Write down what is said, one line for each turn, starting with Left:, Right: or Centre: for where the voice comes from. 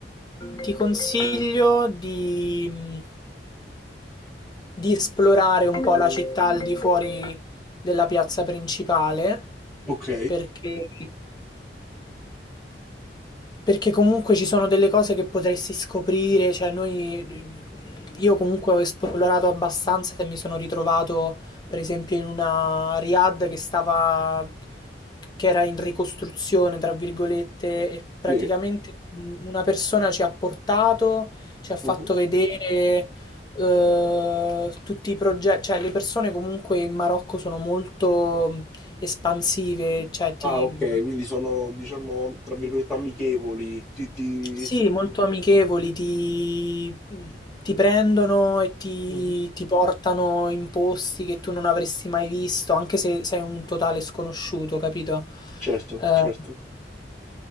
Left: ti consiglio di, mm, di esplorare un po' la città al di fuori della piazza principale
Centre: ok.
Left: perché perché comunque ci sono delle cose che potresti scoprire, cioè noi, io comunque ho esplorato abbastanza e mi sono ritrovato per esempio in una Riad che stava, che era in ricostruzione, tra virgolette, e praticamente
Centre: Sì.
Left: un- una persona ci ha portato, ci ha fatto
Centre: Mhm.
Left: vedere eh, tutti i progetti, cioè le persone comunque in Marocco sono molto mm, espansive, cioè ti,
Centre: Ah, ok, quindi sono, diciamo, tra virgolette, amichevoli. Ti, ti...
Left: Sì, molto amichevoli, ti, ti prendono e ti,
Centre: Mhm.
Left: ti portano in posti che tu non avresti mai visto, anche se sei un totale sconosciuto, capito?
Centre: Certo,
Left: Ehm,
Centre: certo.